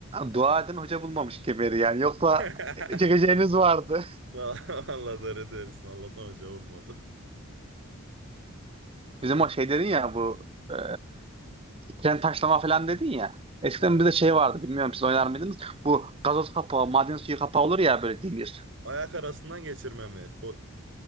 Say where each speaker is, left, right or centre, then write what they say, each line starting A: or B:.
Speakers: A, on the right; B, on the right.
A: dua edin hoca bulmamış kemeri yani. Yoksa
B: <laughs>
A: çekeceğiniz vardı.
B: Vallahi doğru diyorsun. Allah'tan hoca olmadı.
A: Bizim o şey dedin ya bu e, tren taşlama falan dedin ya. Eskiden
B: He.
A: bizde şey vardı bilmiyorum siz oynar mıydınız? Bu gazoz kapağı, maden suyu kapağı olur ya böyle demir.
B: Ayak arasından geçirme mi? Fo-